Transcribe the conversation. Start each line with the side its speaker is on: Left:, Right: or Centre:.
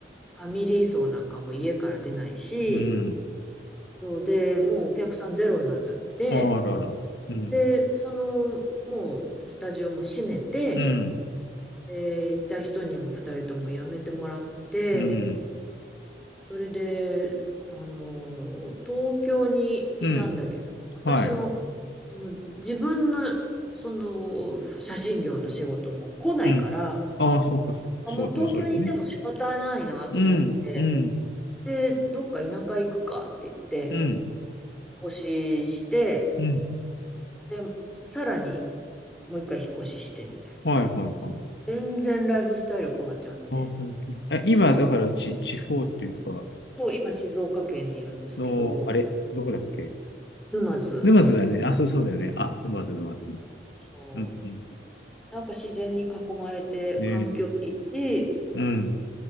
Centre: ファミリー層なんかも家から出ないし、
Left: うん。
Centre: そうで、もうお客さんゼロになっちゃって、
Left: あらら。うん。
Centre: で、その、もうスタジオも閉めて、
Left: うん。
Centre: でいた人にも二人とも辞めてもらって、
Left: うん。
Centre: それで、あの、東京にいたんだけど、
Left: うん。
Centre: 私も、
Left: はい。
Centre: その自分の、その写真業の仕事も来ないから、
Left: うん。ああ、そうか、そう、
Centre: あ、
Left: そう、
Centre: もう東京にいても仕方ないなと思って、
Left: まあそうですね。うん。うん。
Centre: で、どっか田舎行くかって言って、
Left: うん。
Centre: 引っ越しして、
Left: うん。
Centre: で、さらにもう一回引っ越ししてみたいな。
Left: はい、はい、はい。
Centre: 全然ライフスタイル変わっちゃって。
Left: ああ、本当に。え、今、だから、ち、地方っていうか、
Centre: そう、今静岡県にいるんですけど、
Left: の、あれ、どこだっけ
Centre: 沼津。
Left: 沼津だよね。あ、そう、そうだよね。あ、沼津、沼津、沼津。
Centre: そう。
Left: うん、うん。
Centre: なんか自然に囲まれて環境いいし、
Left: ねえうん、